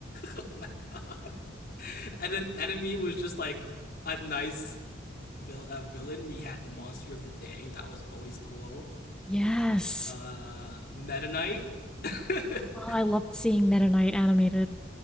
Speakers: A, on the left; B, in the centre.
A: oh my god! And then Enemy was just like a nice vil- uh, villain, we had the monster of the day. That was always cool.
B: Yes.
A: Uh, Meta Knight. <laughs>
B: Oh, I loved seeing Meta Knight animated.